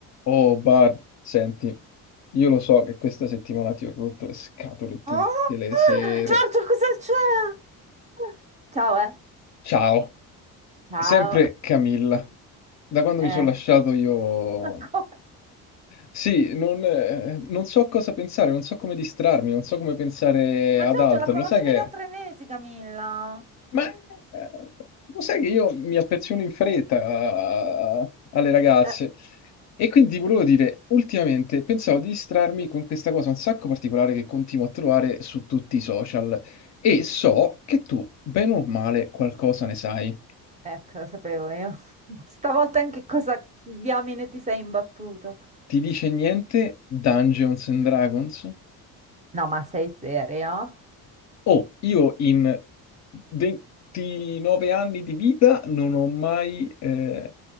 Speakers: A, on the left; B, on the right.
A: Oh, Barb, senti, io lo so che questa settimana ti ho rotto le scatole tutte
B: Oh,
A: le sere.
B: Giorgio, cosa c'è? Ciao, eh.
A: Ciao,
B: Ciao,
A: sempre Camilla. Da quando
B: eh.
A: mi sono lasciato io...
B: <laughs> Ancora.
A: Sì, non, eh, non so cosa pensare, non so come distrarmi, non so come pensare
B: Ma
A: ad
B: Giorgio,
A: altro.
B: la conoscevi
A: Lo sai che
B: da
A: è?
B: tre mesi, Camilla?
A: Ma eh, lo sai che io mi affeziono in fretta a- a- alle ragazze
B: Eh,
A: e quindi volevo dire, ultimamente pensavo di distrarmi con questa cosa un sacco particolare che continuo a trovare su tutti i social e so che tu, bene o male, qualcosa ne sai.
B: ecco, lo sapevo io. <laughs> Stavolta in che cosa diamine ti sei imbattuto?
A: Ti dice niente Dungeons and Dragons?
B: No, ma sei serio?
A: Oh, io in 29 anni di vita non ho mai eh,